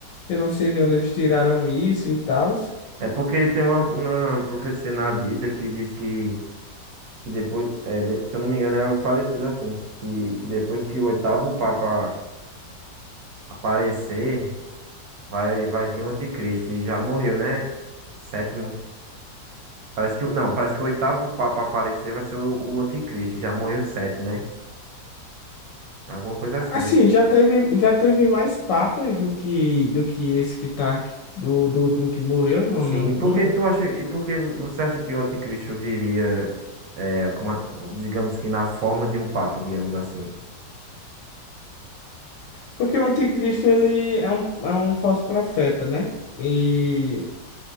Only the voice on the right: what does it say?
É porque tem uma, uma profecia na Bíblia que diz que Que depois, é, de- se eu não me engano, é algo parecido assim. se- Que, que depois que o oitavo Papa aparecer, vai, vai vir o anticristo. E já morreu, né? O sétimo. Parece que, o- não, parece que o oitavo Papa aparecer vai ser o, o anticristo. Já morreu sete, né? Alguma coisa assim
desse tipo.
Sim,
e por que tu acha, e por que vo- você acha que o anticristo viria, é, como a- digamos que na forma de um papa, digamos assim?